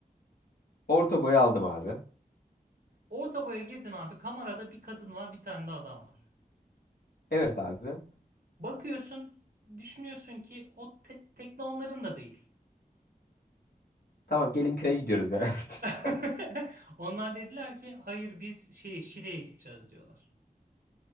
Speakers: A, on the left; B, on the right.
A: Orta boyu aldım abi.
B: Orta boya girdin abi. Kamerada bir kadın var, bir tane de adam var.
A: Evet abi.
B: Bakıyorsun, düşünüyorsun ki o te- tekne onların da değil.
A: Tamam gelin köye gidiyoruz beraber.
B: <laughs>
A: <laughs>
B: Onlar dediler ki hayır biz şey Şile'ye gideceğiz diyorlar.